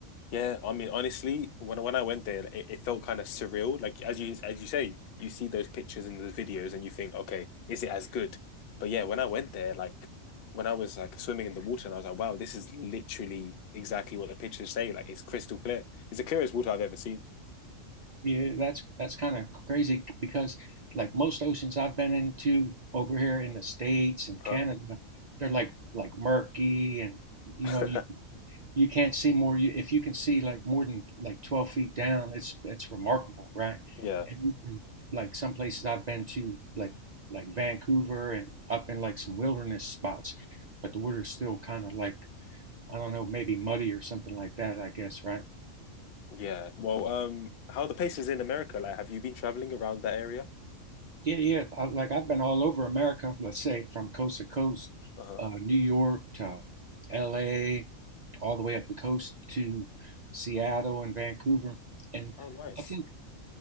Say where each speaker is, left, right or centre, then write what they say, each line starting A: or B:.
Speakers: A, on the left (about 60°); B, on the right (about 55°).
A: Yeah, I mean, honestly, when when I went there, it, it felt kind of surreal. Like as you as you say, you see those pictures and those videos, and you think, okay, is it as good? But yeah, when I went there, like when I was like swimming in the water, and I was like, wow, this is literally exactly what the pictures say. Like it's crystal clear. It's the clearest water I've ever seen.
B: Yeah, that's that's kind of crazy because like most oceans I've been into over here in the States and
A: Huh?
B: Canada, they're like like murky and you
A: <laughs>
B: know you you can't see more. You, if you can see like more than like 12 feet down, it's it's remarkable, right?
A: Yeah.
B: And you can, like some places I've been to, like like Vancouver and up in like some wilderness spots, but the water's still kind of like I don't know, maybe muddy or something like that. I guess, right?
A: Yeah. Well, um, how are the places in America? Like, have you been traveling around that area?
B: Yeah, yeah. I, like I've been all over America. Let's say from coast to coast,
A: Uh-huh.
B: uh, New York to L.A., all the way up the coast to Seattle and Vancouver, and
A: Oh, nice.
B: I think